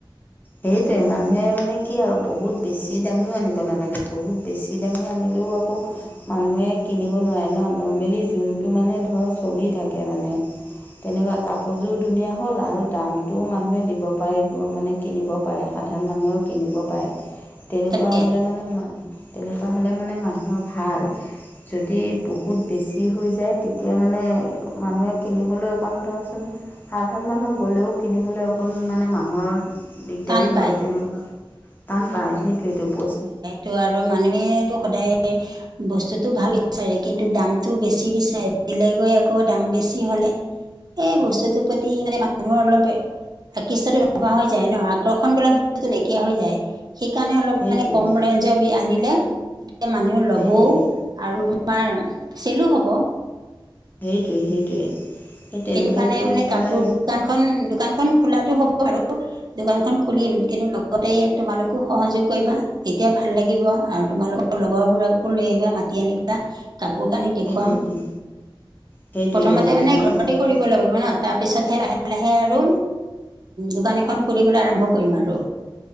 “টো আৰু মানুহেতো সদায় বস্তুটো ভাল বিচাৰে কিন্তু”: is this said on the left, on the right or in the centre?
Right